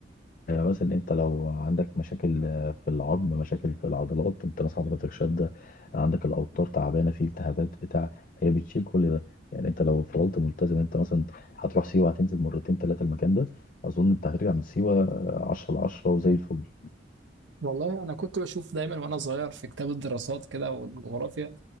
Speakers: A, on the left; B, on the right.
A: آه، مثلا انت لو عندك مشاكل آه، في العظم مشاكل في العضلات انت مثلا حضرتك شده عندك الاوتار تعبانه في التهابات بتاع هي بتشيل كل ده يعني انت لو فضلت ملتزم انت مثلا هتروح سيوه هتنزل مرتين ثلاثه المكان ده اظن انت هترجع من سيوه 10 ل 10 وزي الفل
B: والله انا كنت بشوف دايما وانا صغير في كتاب الدراسات كده والجغرافيا